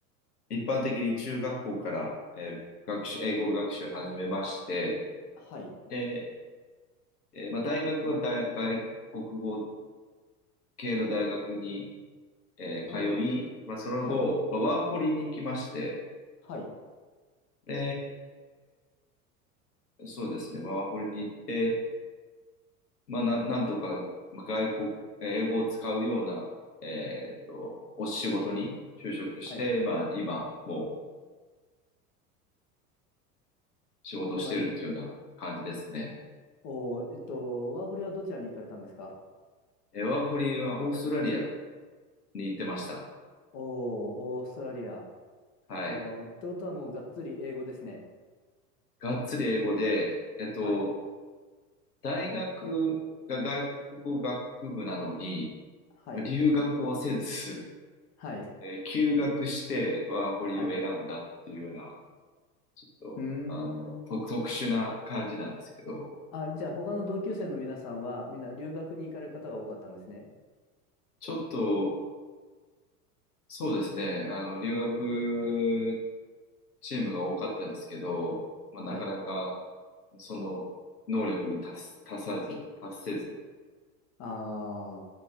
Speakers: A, on the left (about 80°); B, on the left (about 40°).
A: 一般的に中学校から、えー学習、
B: はい。
A: 英語学習を始めまして、
B: はい。
A: で、えーまあ、大学は大、外国語系の大学に、えー通い、
B: おー、
A: まあ、その後、
B: はい。
A: まあワーホリに行きまして、
B: はい。
A: で、えーそうですね、ワーホリに行って、まあ、な、なんとか、まあ外国、英語を使うような、えーっと、お仕事に就職して、
B: はい。
A: まあ、今、もう、仕事をしてるっていうような感じですね。
B: で、まあ、おー、えっと、ワーホリはどちらに行かれたんですか
A: え、ワーホリはオーストラリアに行ってました。
B: おー、オーストラリア。
A: はい。
B: おー、ってことはもうがっつり英語ですね。
A: がっつり英語で、えっと、
B: はい。
A: 大学が外国語学部なのに、
B: はい。
A: まあ留学をせず、
B: はい。
A: えー休学してワーホリを選んだっていうような、
B: はい。
A: ちょっと、
B: うー
A: あの、
B: ん。
A: と特殊な感じなんですけど、
B: あ、じゃあ他の同級生の皆さんはみんな留学に行かれる方が多かったんですね。
A: ちょっと、そうですね、あの、留学チームが多かったですけど、まあ、なかなか
B: はい。
A: その能力に達す、達さず、達せず、
B: あ